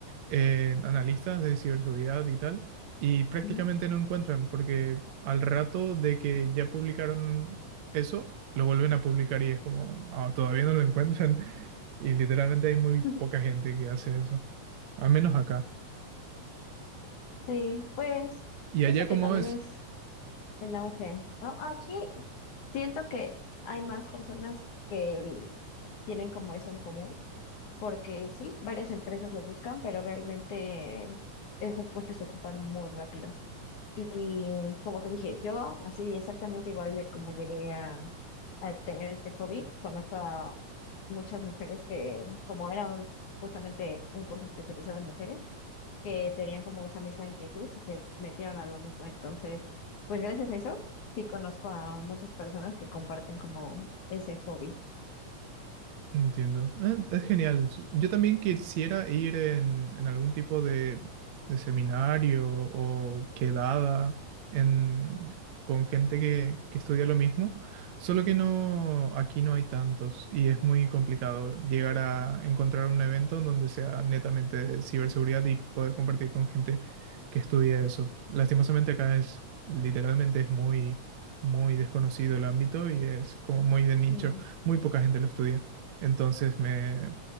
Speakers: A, on the right (about 65°); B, on the left (about 70°).
A: eh, analistas de ciberseguridad y tal, y prácticamente
B: Mm.
A: no encuentran, porque al rato de que ya publicaron eso, lo vuelven a publicar y es como, "Ah, todavía no lo encuentran. <laughs> Y literalmente hay muy poca
B: <laughs>
A: gente que hace eso. Al menos acá.
B: Sí, pues
A: ¿Y allá
B: siento
A: cómo
B: que también
A: es?
B: es el auge, ¿no? Aquí siento que hay más personas que tienen como eso en común, porque sí, varias empresas lo buscan, pero realmente esos puestos se ocupan muy rápido. Y como te dije, yo así exactamente igual de como llegué a, a tener este hobby, conozco a muchas mujeres que, como era un- justamente un curso especializado en mujeres, que tenían como esa misma inquietud y se metieron a lo mismo. Entonces, pues gracias a eso, sí conozco a muchas personas que comparten como ese hobby.
A: Entiendo. Eh, Es genial. S- Yo también quisiera ir en, en algún tipo de, de seminario o quedada en, con gente que, que estudia lo mismo, solo que no, aquí no hay tantos y es muy complicado llegar a encontrar un evento en donde sea netamente de ciberseguridad y poder compartir con gente que estudia eso. Lastimosamente acá es, literalmente es muy, muy desconocido el ámbito y es como muy de nicho,
B: Mm.
A: muy poca gente lo estudia. Entonces, me...